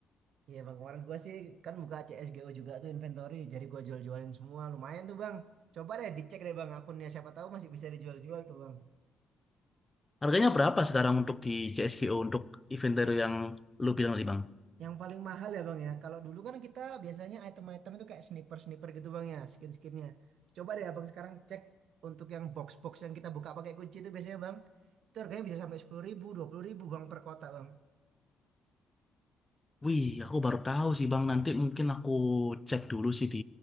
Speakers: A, on the right; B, on the left.
A: Iya bang. Kemarin gua sih kan buka CS:GO juga tuh inventory. Jadi gua jual-jualin semua. Lumayan tuh bang. Coba deh dicek deh bang akunnya. Siapa tahu masih bisa dijual-jual tuh bang.
B: Harganya berapa sekarang untuk di CSGO untuk inventory yang lu bilang tadi, Bang?
A: Yang paling mahal ya bang ya. Kalau dulu kan kita biasanya item-item itu kayak sniper-sniper gitu bang ya, skin-skinnya. Coba deh abang sekarang cek untuk yang box-box yang kita buka pakai kunci itu biasanya bang, itu harganya bisa sampai sepuluh ribu, dua puluh ribu bang per kotak bang.
B: Wih, aku baru tahu sih Bang. Nanti mungkin aku cek dulu sih di